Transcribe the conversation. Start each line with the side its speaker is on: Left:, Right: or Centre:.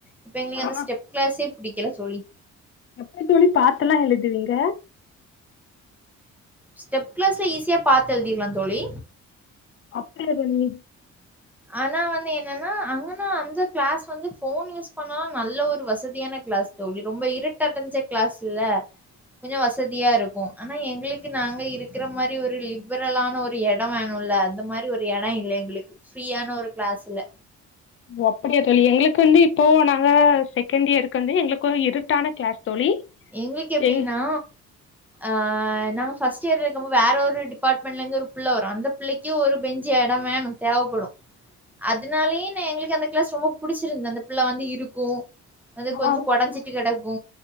Centre: இப்ப எங்குளுக்கு
Left: ஆ
Centre: அந்த ஸ்டெப் கிளாஸே புடிக்கல தோழி
Left: எப்பிடி தோழி பாத்துலா எழுதுவீங்க
Centre: ஸ்டெப் கிளாஸ்ல ஈஸியா பாத்து எழுதிர்லா தோழி
Left: அப்டியா தோழி
Centre: ஆனா வந்து என்னன்னா அங்கன்னா அந்த கிளாஸ் வந்து ஃபோன் யூஸ் பண்ணா நல்ல ஒரு வசதியான கிளாஸ் கிளாஸ் தோழி ரொம்ப இருட்டா தெர்ஞ்ச கிளாஸுல்ல கொஞ்சோ வசதியாருக்கு ஆனா எங்குளுக்கு நாங்க இருக்குற மாரி ஒரு லிப்பரல்லான ஒரு எடோ வேணுல்ல அந்த மாரி ஒரு எடோ இல்ல எங்குளுக்கு ஃப்ரீயான ஒரு கிளாஸுல்ல
Left: ஓ அப்பிடியா தோழி எங்குளுக்கு வந்து இப்போ நாங்க செகெண்டியருக்கு வந்து எங்குளுக்கு வந்து இருட்டான கிளாஸ் தோழி
Centre: எங்குளுக்கு எப்டின்னா
Left: எங்
Centre: ஆ நாங்க ஃபஸ்ட்டியர் இருக்கும் போது வேற ஒரு டிபார்ட்மெண்ட்லருந்து ஒரு புள்ள வரு அந்த புள்ளைக்கி ஒரு பெஞ்சி எடோ வேணு தேவப்படு அந் அதனாலே னே எங்குளுக்கு அந்த கிளாஸ் ரொம்ப புடிச்சிருந்துது அந்த புள்ள வந்து இருக்கு வந்து கொஞ்சோ
Left: ஆ ஆ
Centre: கொறஞ்சிட் ட்டு கடக்கு